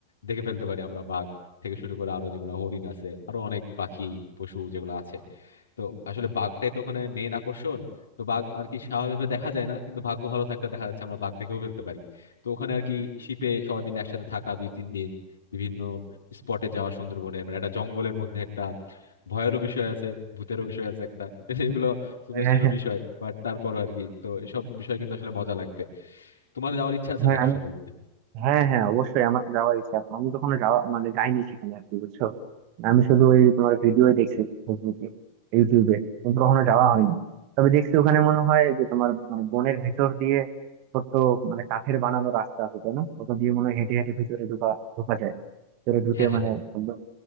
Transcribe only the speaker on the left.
দেখে ফেলতে পারি আমরা বাঘ থেকে শুরু করে আরো যেগুলো হরিণ আছে আরো অনেক পাখি পশু যেগুলো আছে তো আসলে বাঘটাই তো ওখানে মেইন আকর্ষণ তো বাঘ আর কি স্বাভাবিকভাবে দেখা যায় না কিন্তু ভাগ্য ভালো থাকলে দেখা যাচ্ছে আমরা বাঘ দেখেও ফেলতে পারি তো ওখানে আর কি শিপে সবাই মিলে একসাথে থাকা দুই তিন দিন বিভিন্ন স্পটে যাওয়া সুন্দরবনে মানে একটা জঙ্গলের মধ্যে একটা ভয়েরও বিষয় আছে ভূতেরও বিষয় আছে একটা <laughs> এগুলো সুপারস্টিশনাল
বিষয় বাট তারপরও আর কি তো এসব বিষয় কিন্তু আসলে মজা লাগবে তোমার যাওয়ার ইচ্ছা আছে
নাকি সুন্দরবনে
হ্যাঁ
হ্যাঁ